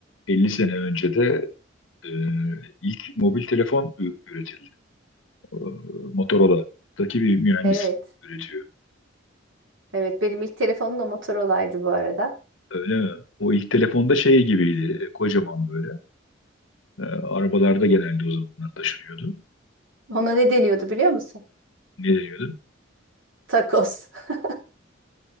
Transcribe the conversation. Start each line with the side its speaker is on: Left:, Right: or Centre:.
Left: 50 sene önce de e, ilk mobil telefon ü- üretildi. E, Motorola'daki bir mühendis
Right: Evet.
Left: üretiyor.
Right: Evet benim ilk telefonum da Motorola'ydı bu arada.
Left: Öyle mi? O ilk telefonda şey gibiydi, e, kocaman böyle. E, arabalarda genelde o zamanlar taşınıyordu.
Right: Ona ne deniyordu biliyor musun?
Left: Ne deniyordu?
Right: Takos. <laughs>